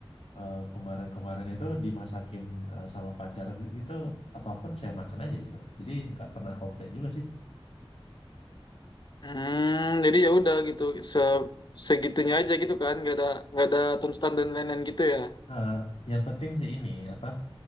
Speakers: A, on the left; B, on the left.
A: eh, kemarin-kemarin itu dimasakin eh, sama pacar gitu apapun saya makan aja gitu lah. Jadi nggak pernah komplain juga sih.
B: Hmm, jadi ya udah gitu, se segitunya aja gitu kan, nggak ada nggak ada tuntutan dan lain-lain gitu ya.
A: Eh, yang penting sih ini apa